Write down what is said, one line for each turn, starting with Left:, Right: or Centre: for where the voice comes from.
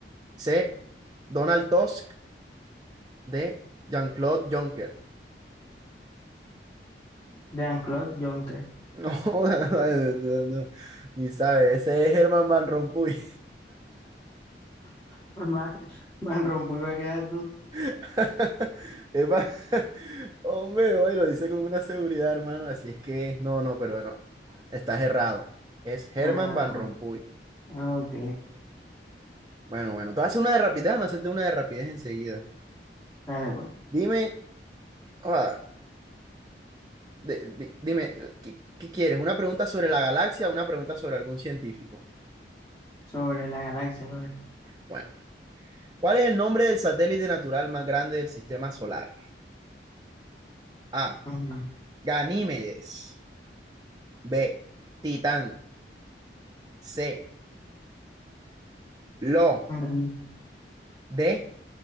Right: C. Donald Tusk. D. Jean-Claude Juncker. <laughs>
Left: Jean-Claude Juncker,
Right: No, no, no, no, ni sabe, ese es Germán Van Rompuy.
Left: <laughs> Van, Van Rompuy va a quedar tú,
Right: <laughs> Es va- <laughs> Hombre, hoy lo dice con una seguridad, hermano, así es que, no, no, pero bueno, estás errado. Es Germán
Left: ah,
Right: Van Rompuy.
Left: ok,
Right: Bueno, bueno, te voy a hacer una de rapidez, déjame hacerte una de rapidez enseguida.
Left: dale, pues,
Right: Dime, ah, de- di- dime, ¿qué, qué quieres? ¿Una pregunta sobre la galaxia o una pregunta sobre algún científico?
Left: sobre la galaxia, pues.
Right: Bueno, ¿cuál es el nombre del satélite natural más grande del sistema solar? A.
Left: Ujú,
Right: Ganímedes. B. Titán. C. Lo.
Left: ujú.
Right: D.